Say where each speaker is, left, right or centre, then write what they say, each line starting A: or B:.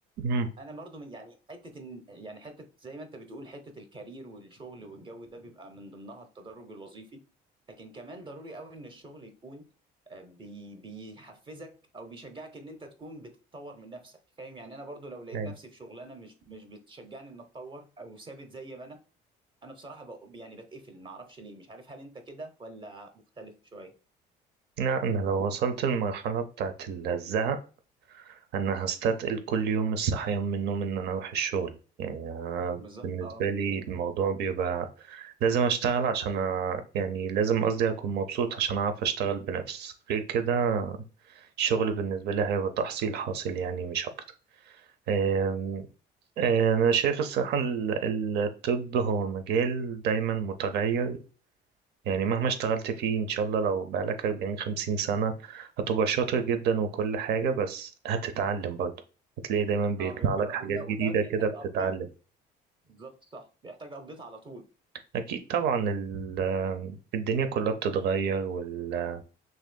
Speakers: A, on the right; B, on the right.
A: أنا
B: انا برضو من يعني حته إن- يعني حته زي ما انت بتقول حته الكارير والشغل والجو ده بيبقى من ضمنها التدرج الوظيفي لكن كمان ضروري قوي ان الشغل يكون آه، بي بيحفزك او بيشجعك ان انت تكون بتتطور من نفسك فاهم يعني انا برضو لو لقيت
A: أي.
B: نفسي في شغلانه مش مش بتشجعني ان اتطور او ثابت زي ما انا انا بصراحه بق- يعني بتقفل ما اعرفش ليه مش عارف هل انت كده ولا مختلف شويه
A: لا أنا لو وصلت المرحلة بتاعت الزهق أنا هستثقل كل يوم الصحيان من النوم إن أنا أروح الشغل يعني أنا
B: بالظبط
A: بالنسبة
B: اه
A: لي الموضوع بيبقى لازم أشتغل عشان أ... يعني لازم قصدي أكون مبسوط عشان أعرف أشتغل بنفسي غير كده الشغل بالنسبة لي هيبقى تحصيل حاصل يعني مش أكتر أم- أنا شايف الصحة ال- الطب هو مجال دايما متغير يعني مهما اشتغلت فيه ان شاء الله لو بقالك 40 50 سنة هتبقى شاطر جدا وكل حاجة بس هتتعلم برضه هتلاقي دايما بيطلع
B: اه بيبقى
A: لك حاجات
B: ولا
A: جديدة
B: وكمان بيحتاج
A: كده بتتعلم
B: ابديت بالظبط صح بيحتاج ابديت على طول
A: اكيد طبعا ال- آه، الدنيا كلها بتتغير وال آه،